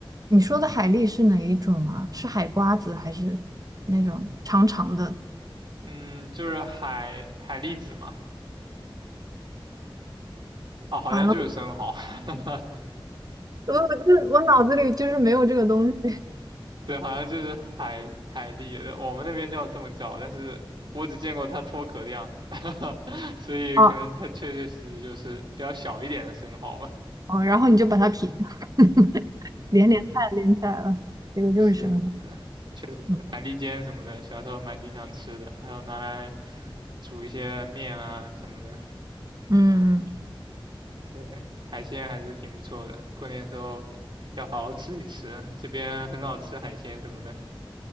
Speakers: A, on the right; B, on the right.
A: 你说的海蛎是哪一种啊？是海瓜子还是那种长长的？
B: 嗯，就是海海蛎子嘛，啊，好像就是生蚝，
A: 完了，
B: <laughs>
A: 我我就是我脑子里就是没有这个东西。
B: 对，好像就是海海蛎的我们那边叫这么叫，但是我只见过它脱壳的样子，<laughs> 所以可能它确确实实就是比较小一点的生蚝吧，
A: 啊哦，然后你就把它撇，<laughs>
B: 嗯，
A: 连连看连起来了，这个就是生蚝。
B: 是。确实海蛎煎什么的，
A: 嗯
B: 小时候蛮经常吃的，还有拿来煮一些面啊什么的。
A: 嗯，嗯
B: 对，海鲜还是挺不错的，过年的时候要好好吃一吃，这边很少吃海鲜什么的。